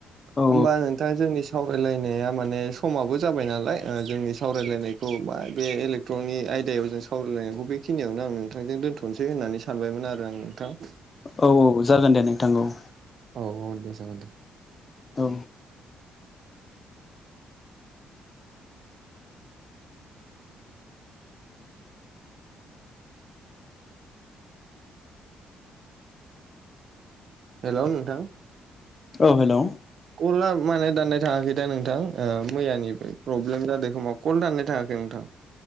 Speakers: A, on the left (about 35°); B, on the right (about 60°).
A: औ
B: होमबा नोंथाङा जोंनि सावरायलायनाया माने समाबो जाबाय नालाय ओ जोंनि सावरायलायनायखौ बा बे इलेक्ट्रनिक आयदायाव जों सावरायलायनायखौ बे खिनियावनो आं नोंथांजों दोनथ'नोसै होननानै सानबायमोन आरो आं नोंथां।
A: औ औ जागोन दे नोंथां औ।
B: औ औ दे जागोन दो
A: औ
B: हेल नोंथां
A: औ हेल'
B: कलआ माने दाननाय थाङाखै दा नोंथां मैयानिफ्राय प्रब्लेम जादों खोमा कल दाननाय थाङाखै नोंथां